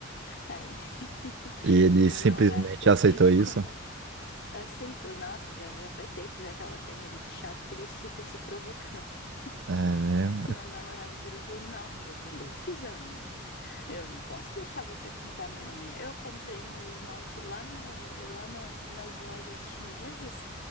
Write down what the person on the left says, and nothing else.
Aí, <laughs>
meu
namorado que atende
como aceitou. Nossa, já, já faz tempo já que ela chama ele de chato, porque eles ficam se provocando. <laughs>
Meu namorado virou e falou, não, mas eu também fiz a unha. Eu não posso deixar você pintar minha unha. Eu comprei meu esmalte lá no, lá no- nas lojas chinesas.